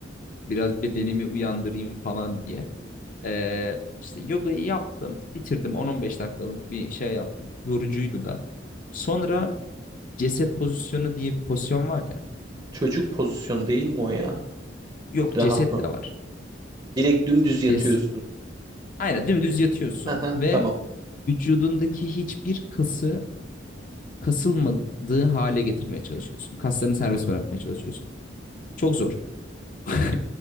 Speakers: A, on the left (about 45°); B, on the right (about 25°).
A: Biraz bedenimi uyandırayım falan diye. E, işte yogayı yaptım, bitirdim. 10-15 dakikalık bir şey yaptım. Yorucuydu da. Sonra ceset pozisyonu diye bir pozisyon var ya.
B: Çocuk pozisyonu değil mi o ya?
A: Yok,
B: Rahatla.
A: ceset de var.
B: Direkt dümdüz yatıyorsun.
A: Ces Aynen dümdüz yatıyorsun
B: Aha,
A: ve
B: tamam.
A: vücudundaki hiçbir kası kasılmadığı hale getirmeye çalışıyorsun. Kaslarını serbest bırakmaya çalışıyorsun. Çok zor. <laughs>